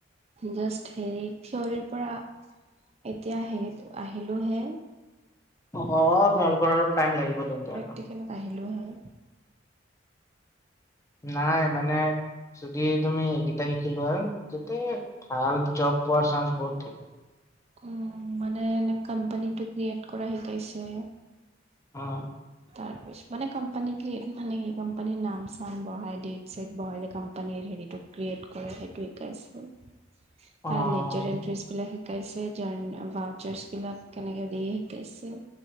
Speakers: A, on the right (about 35°); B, on the left (about 15°).
A: জাষ্ট হেৰি থিয়ৰিৰপৰা এতিয়া সে আহিলোঁ হে।
B: অ' তোমালোকৰ অলপ টাইম লাগিব। তেন্তে
A: প্ৰেক্টিকেলত
B: আৰু
A: আহিলোঁ হয়।
B: নাই মানে যদি তুমি এইকেইটা শিকি লোৱা, তাতে ভাল জব পোৱাৰ চান্স বহুত থাকে।
A: উম, মানে এনে কোম্পানীটো ক্ৰিয়েট কৰা শিকাইছে।
B: অ'।
A: তাৰপিছ মানে কোম্পানী মানে কি কোম্পানীৰ নাম চাম বহাই, ডেট চেট বহাই কোম্পানিৰ হেৰিটো ক্ৰিয়েট কৰে সেইটো শিকাইছে, তাৰে
B: অ
A: লেজাৰ এটষ্টবিলাক শিকাইছে, জাৰ ভাউচাৰ্চবিলাক কেনেকে দিয়ে শিকাইছে।